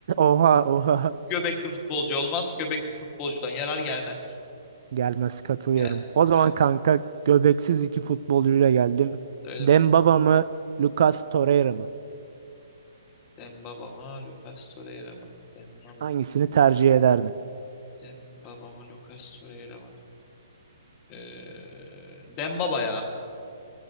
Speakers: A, on the right (about 55°); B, on the left (about 25°).
A: Oha oha.
B: Göbekli futbolcu olmaz. Göbekli futbolcudan yarar gelmez.
A: Gelmez katılıyorum.
B: Gelmez.
A: O zaman
B: Aynen.
A: kanka göbeksiz iki futbolcuyla geldim.
B: Öyle
A: Dembaba
B: bakayım.
A: mı Lucas Torreira mı?
B: Dembaba mı? Lucas Torreira mı? Dembaba.
A: Hangisini tercih ederdin?
B: Dembaba mı? Lucas Torreira mı? Ee, Dembaba ya.